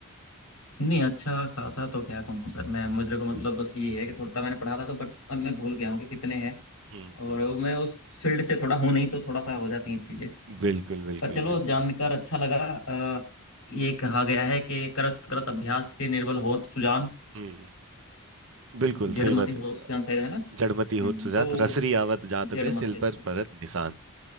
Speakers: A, on the left (about 80°); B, on the right (about 60°).
A: नहीं अच्छा खासा तो क्या कहूँ सर मैं मुझे को मतलब बस ये है कि थोड़ा मैंने पढ़ा था तो बट अब मैं भूल गया हूँ कि कितने हैं
B: हम्म
A: और
B: हम्म
A: मैं उस फील्ड से थोड़ा हूं नहीं तो थोड़ा सा हो जाती हैं ये चीजें
B: बिल्कुल बिल्कुल
A: पर चलो
B: बिल्कुल
A: जानकर अच्छा लगा अ, ये कहा गया है कि करत करत अभ्यास के निर्बल होत सुजान
B: हम्म बिल्कुल सही
A: जड़मति
B: बात
A: होत
B: है
A: सुजान सही है ना
B: जड़मति
A: हम्म,
B: होत सुजात
A: तो
B: रसरी आवत जात
A: जड़मति
B: पे सिल
A: सुजान
B: पर परत निशान